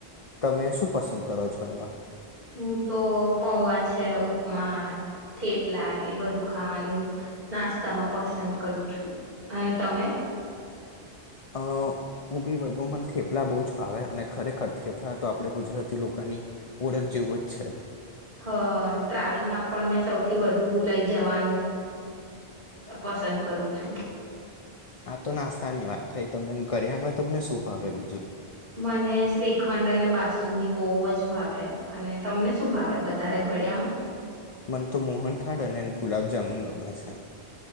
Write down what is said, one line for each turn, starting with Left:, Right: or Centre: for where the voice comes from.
Left: તમે શું પસંદ કરો છો એમાં
Right: હું તો પૌવા છે ઉપમા થેપલા એ બધું ખાવાનું નાસ્તામાં પસંદ કરું છું અને તમે
Left: અ ઊભી વધુ મને થેપલા બહુ જ ભાવે અને ખરેખર થેપલા તો આપણે ગુજરાતી લોકોની ઓળખ જેવું જ છે
Right: હ ટ્રાવેલમાં પણ મેં સૌથી વધુ લઇ જવાનું પસંદ કરું છું
Left: આ તો નાસ્તા ની વાત થઈ તમે ગરિયામાં તમને શું ભાવે બીજું
Right: મને શ્રીખંડ અને બાસુંદીી બહુ જ ભાવે અને તમને શું ભાવે વધારે ગળિયામાં
Left: મને તો મોહનથાળ અને ગુલાબજામુન ગમે છે